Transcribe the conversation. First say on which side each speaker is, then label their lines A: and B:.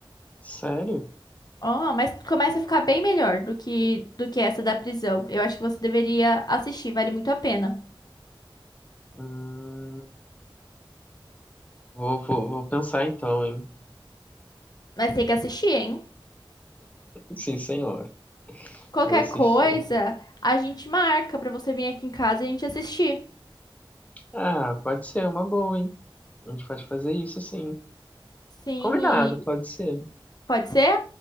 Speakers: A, on the left (about 15°); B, on the left (about 50°).
A: Sério?
B: Ó, mas começa a ficar bem melhor do que do que essa da prisão. Eu acho que você deveria assistir, vale muito a pena.
A: Hum... Vou, vou, vou pensar então, hein?
B: Mas tem que assistir, hein?
A: Sim, senhor.
B: Qualquer
A: Vou assistir.
B: coisa, a gente marca pra você vir aqui em casa e a gente assistir.
A: Ah, pode ser uma boa, hein? A gente pode fazer isso assim.
B: Sim,
A: Combinado,
B: e
A: pode ser.
B: pode ser?